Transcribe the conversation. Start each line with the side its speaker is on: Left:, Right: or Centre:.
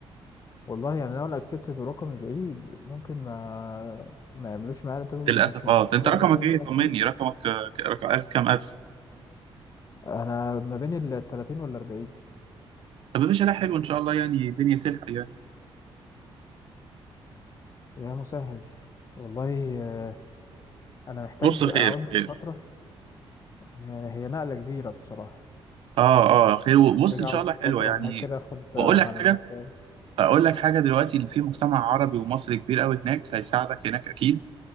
Left: والله يعني لو أنا أكسبتد ورقمي بعيد ممكن ما ما يعملوش معايا الانترفيو
Right: للاسف
Left: بس مش من
Right: اه
Left: حقي
Right: ده انت
Left: بعد
Right: رقمك
Left: كده
Right: ايه
Left: إن أنا
Right: طمني
Left: أتكلم
Right: رقمك آه، ك- رقم ألف كام الف
Left: أنا ما بين ال 30 وال 40
Right: طب يا باشا لا حلو ان شاء الله يعني الدنيا تلحق يعني
Left: يا مسهل والله انا محتاج
Right: بص خير
Left: اقعد لي
Right: خير
Left: فتره يعني هي نقله كبيره بصراحه
Right: اه اه خير
Left: محتاج
Right: بص ان
Left: اقعد
Right: شاء الله حلوه
Left: فتره
Right: يعني
Left: هناك كده اخد
Right: واقول
Left: على
Right: لك حاجه
Left: المكان
Right: اقول لك حاجه دلوقتي اللي في مجتمع عربي ومصري كبير قوي هناك هيساعدك هناك اكيد